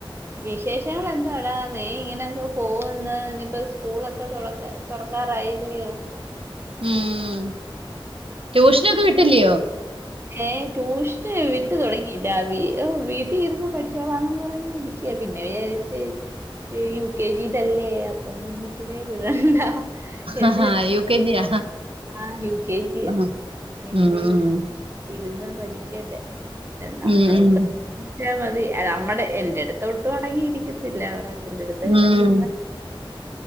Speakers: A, on the right (about 25°); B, on the right (about 85°).
A: വിശേഷങ്ങൾ എന്താടാ ദേ ഇങ്ങനെയൊക്കെ പോകുന്ന് ഇനിയിപ്പോ സ്കൂളൊക്കെ തുടക്ക തൊറക്കായില്ല്യോ
B: ഉം ട്യൂഷനൊക്കെ വിട്ടില്ല്യോ
A: ഏഹ് ട്യൂഷന് വി ട്ട് തൊടങ്ങിയില്ല വി ഓഹ് വീട്ടിരുന്ന് പഠിച്ചോളാംന്ന് പറഞ്ഞിരിക്ക പിന്നെ വിചാരിച്ച് യു കെ ജി ലല്ലേ അപ്പം പിന്നെപ്പഴേ വിടണ്ടാ എ
B: ആഹാ
A: ന്ന് വി
B: യു കെ ജിയാ?
A: ആഹ്‌ യു കെജിയ
B: ആഹ്.
A: ഇപ്പഴേവി
B: ഉം ഉം.
A: ഇരുന്ന് പഠിയ്ക്കണ്ടേഎന്ന നമ്മളൊക്കെ
B: ഉം ഉം.
A: ചിന്തിച്ചാൽ മതി നമ്മടെ എന്റെടു ഒട്ടും അടങ്ങിയിരിക്കത്തില്ല അവർ അച്ഛന്റെറടുത്ത്
B: ഉം.
A: ഇറങ്ങി